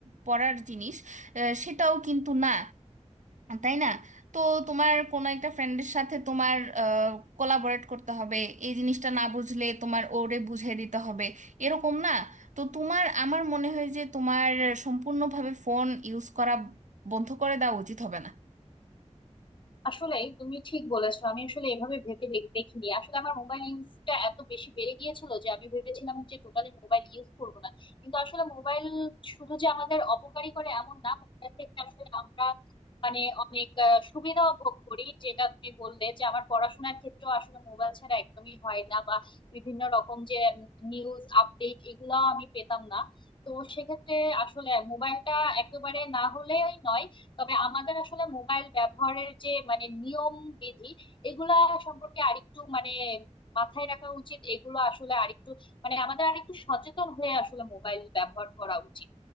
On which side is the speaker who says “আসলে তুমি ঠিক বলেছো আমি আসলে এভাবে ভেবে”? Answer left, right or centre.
Left